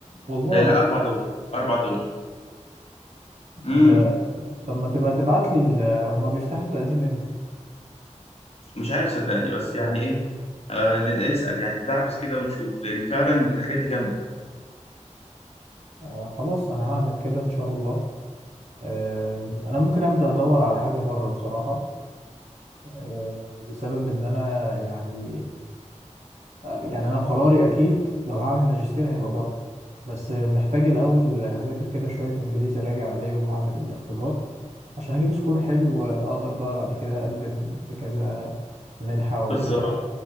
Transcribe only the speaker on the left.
آه لا أربع دول أربع دول
امم
مش عارف صدقني بس يعني إيه آه ند- اسأل يعني ندعبس كده ونشوف لأن فعلا الحاجات دي جامدة
بالظبط